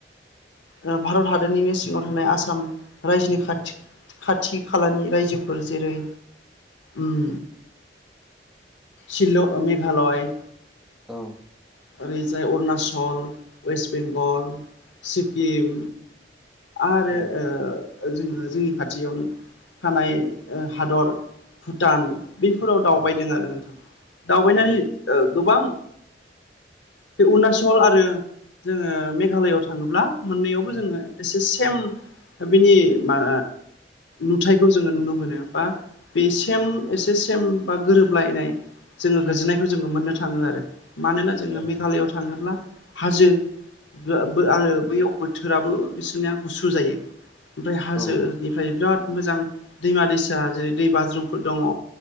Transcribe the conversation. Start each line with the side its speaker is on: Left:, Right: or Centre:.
Left: ओ भारत हादरनिनो सिङाव थानाय आसाम रायजोनि खाथि खाथि खालानि रायजोफोर जेरै उम सिल' मेघालय
Centre: औ।
Left: ओरैजाय अरुणाचल वेस्ट बेंगल सिक्किम आरो
Centre: औ
Left: ओ जोङो जोंनि खाथियावनो थानाय ओ हादर भुटान बेफोराव दावबायदों
Centre: औ
Left: आरो नोंथां दावबायनानै ओ गोबां बे अरुणाचल आरो जोङो मेघालयआव थाङोब्ला मोननैयावबो जोङो एसे सेम बिनि मा नुथायखौ जोङो नुनो मोनो बा बे सेम एसे सेम बा गोरोबलायनाय जोङो गोजोननायखौ जोङो मोननो थाङो आरो मानोना जोङो
Centre: औ
Left: मेघालआव थाङोब्ला हाजो बो बो आरो बैयाव बोथोराबो बिसोरना गुसु जायो ओमफ्राय हाजो
Centre: औ
Left: बेनिफ्राय बिराद मोजां दैमा दैसा जेरै दै बाज्रुमफोर दङ।